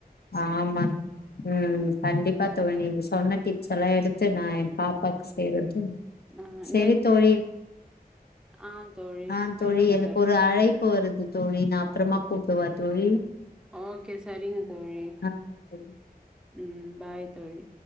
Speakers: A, on the left (about 80°); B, in the centre.
A: ஆமா ம் கண்டிப்பா தோழி சொன்ன டிப்ஸ் எல்லா எடுத்து நா எ பாப்பாக்கு செய்றே தோழி
B: ஆ
A: செரி
B: நேத்து
A: தோழி
B: ஆ தோழி
A: ஆ தோழி
B: சொல்லுங்க
A: எனக்கு ஒரு அழைப்பு வருது தோழி நா அப்றமா கூப் டவா தோழி
B: ஓகே சரிங்க தோழி
A: ஆ
B: ம் பாய் தோழி